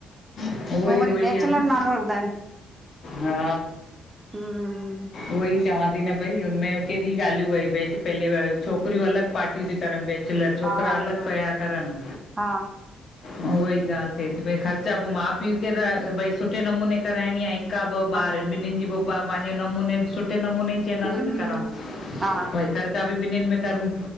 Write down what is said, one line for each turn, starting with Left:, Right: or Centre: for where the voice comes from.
Left: उहोई,
Right: हो वरी
Left: उहोई
Right: बैचलर
Left: आहे न
Right: नालो रखंदा आहिनि
Left: हा
Right: हम्म
Left: उहोई चवां थी न भई हुनमें केॾी ॻाल्हियूं वई बेच पहले छोकिरियूं अलॻि पार्टियूं थी करनि बेच चिलर छोकिरा
Right: हा
Left: अलॻि पिया करनि
Right: हा
Left: उहई ॻाल्हि थिए थी भई ख़र्चा पो माउ पीउ खे त भई सुठे नमूने कराइणी आहे का ॿ
Right: हा
Left: ॿार आहिनि ॿिन्हिनि जी पो पंहिंजे नमूने सुठे नमूने ही चइंदासीं
Right: हम्म
Left: न कराऊँ
Right: हा
Left: भई ख़र्चा बि ॿिन्हिनि में करूं